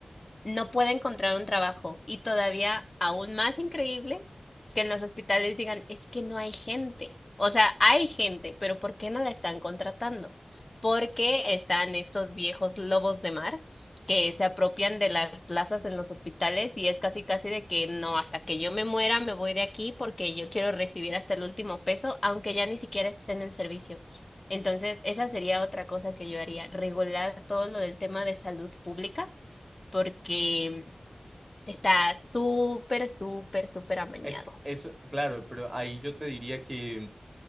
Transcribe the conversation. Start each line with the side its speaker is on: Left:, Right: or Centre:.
Left: no puede encontrar un trabajo. Y todavía aún más increíble que en los hospitales digan, es que no hay gente. O sea, hay gente, pero ¿por qué no la están contratando? Porque están estos viejos lobos de mar que se apropian de las plazas en los hospitales y es casi casi de que no, hasta que yo me muera me voy de aquí porque yo quiero recibir hasta el último peso, aunque ya ni siquiera estén en servicio. Entonces, esa sería otra cosa que yo haría, regular todo lo del tema de salud pública porque está súper, súper, súper amañado.
Right: Es que Eso, claro, pero ahí yo te diría que